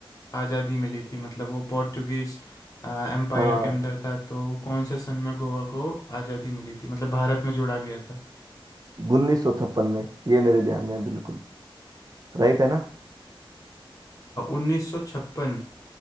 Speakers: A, on the left (about 40°); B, on the right (about 45°).
A: आज़ादी मिली थी मतलब वो पोर्टुगीज एम्पायर
B: हाँ
A: के अंदर था तो वो कौन से सन में गोवा को आज़ादी मिली थी मतलब भारत में जोड़ा गया था
B: उन्नीस सौ छप्पन में ये मेरे ध्यान में है, बिल्कुल राइट है ना
A: उन्नीस सौ छप्पन